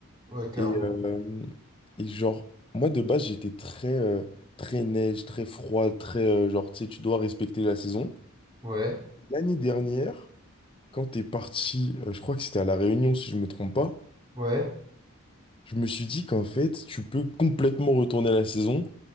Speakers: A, on the right; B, on the left.
A: Ouais, clairement.
B: et, euh, et genre moi de base j'étais très euh, très neige très froid très euh, genre tu sais tu dois respecter la saison
A: Ouais,
B: l'année dernière quand t'es parti euh, je crois que c'était à La Réunion si je me trompe pas
A: ouais.
B: je me suis dit qu'en fait tu peux complètement retourner à la saison